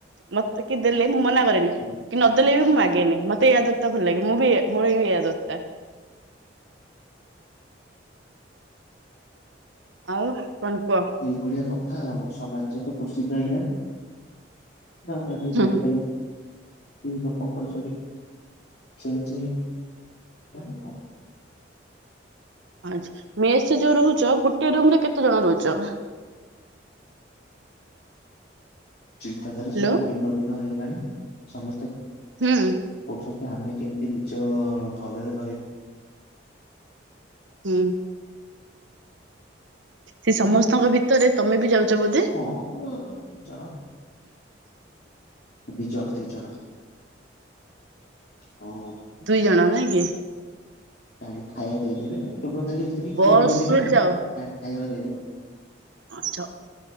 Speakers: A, on the right (about 75°); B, on the left (about 55°).
A: ମତେ କିଏ ଦେଲେ ମୁଁ ମନା କରେନି
B: ହୁଁ
A: କି ନଦେଲେ ବି ମୁଁ ମାଗେନି। ମତେ ତ ଭଲ ଲାଗେ। ମୁଁ ବି ଏ ମୋର ବିି ଏଇ ଆଦତ ଟା। ଆଉ କଣ କୁହ?
B: ଏଇଭଳିିଆ କଥା ଆଉ। ସମାଜ ତ କୋଷିତ ହେଇଗଲାଣି। <unintelligible>
A: ହୁଁ ହୁଁ
B: ଏ ଲୋକଙ୍କର ଚ ଚାଛିଉ
A: ଆ ମେସ୍ ଯୋଉ ରହୁଛ, ଗୋଟେ ରୁମ ରେ କେତେ ଜଣ ରହୁଛ?
B: ଚିନ୍ତାଧାରା
A: ହ୍ୟାଲୋ
B: ସବୁ ଭିନ୍ନ ଭିନ୍ନ ହେଇଗଲାଣି। ସମସ୍ତେ
A: ହୁଁ।
B: କହୁଛନ୍ତି ଆମେ କେମିତି ନିଜ ଭଲରେ ରହିବ
A: ହୁଁ ସେ ସମସ୍ତଙ୍କ ଭିତ ତରେ ତମେ ବି ଯାଉଛ ବୋଧେ?
B: ହଁ ଦି ଜଣ ଦି ଜଣ ଦି ଜଣ। ହଁ।
A: ଦୁଇ ଜଣ ନାଇକି?
B: ଆଣି ଖାଇବା ଦେଇଦେବେ କେବଳ ଖାଲି ଏତିକି
A: ବସରେ
B: ଖୁଆଇଦେବେନି ଆଉ
A: ଯାଅ
B: ଆଣି ଖାଇବା ଦେଇଦେବେ ଆଉ।
A: ଆଚ୍ଛା